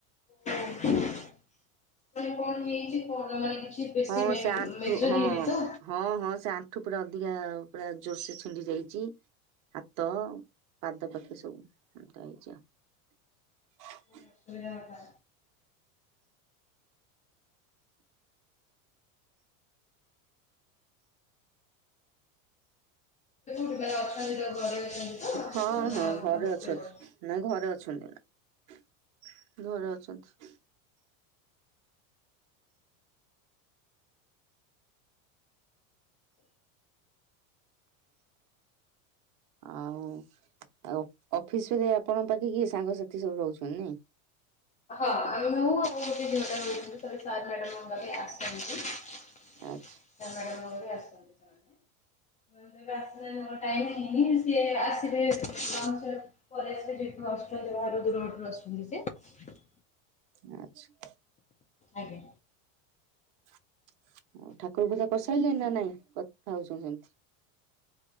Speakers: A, on the left; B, on the right.
A: ଅହୋ କାଇଁ କଣ ହେଇଚି କହୁନ କାଇଁ କିଛି ବେଶୀ
B: ହଁ
A: ମେଜର
B: ସେ ଆଂଠୁ ହଁ
A: ହେଇନି ତ?
B: ହଁ ହଁ ସେ ଆଂଠୁ ପୁରା ଅଧିକା ଆଉ ପୁରା ଜୋରସେ ଛିଣ୍ଡି ଯାଇଛି। ହାତ, ପାଦ ପାଖେ ସବୁ ଖଣ୍ଡିଆ ହେଇଚି ଆଉ।
A: କେ ଅସୁବିଧା ହେଲା। <unintelligible> ରେ ଅଛନ୍ତି ତ ଘରେ ଅଛନ୍ତି ତ
B: ହଁ
A: ନା
B: ହଁ ଘରେ
A: ହଷ୍ଟେଲରେ?
B: ଅଛନ୍ତି ନାଇଁ ଘରେ ଅ ଛନ୍ତି ଘରେ ଅଛନ୍ତି। ଆଉ ଆଉ ଅଫିସରେ ଆପଣ ପାଖେ କିଏ ସାଙ୍ଗସାଥି ସବୁ ରହୁଚନ୍ତି ନାଁଇ?
A: ହଁ ମୁଁ ଆଉ ଦି <unintelligible> <unintelligible> ବ ଆସିନାହାନ୍ତି
B: ଆଚ୍ଛା
A: ଟାଇମ ହେଇନି ସେ ଆସିବେ ତ ଲଞ୍ଚ ପରେ ଆସିବେ <unintelligible> ବାହାରୁ ଦୂର ବାଟରୁ ଆସୁଚନ୍ତି ସେ।
B: ଆଚ୍ଛା।
A: ଆଜ୍ଞା।
B: <inaudible> ଅ ଠାକୁର ପୂଜା କରିସାରିଲେ ନା ନାଇଁ, କଥା ହଉଚନ୍ତି ସେମତି।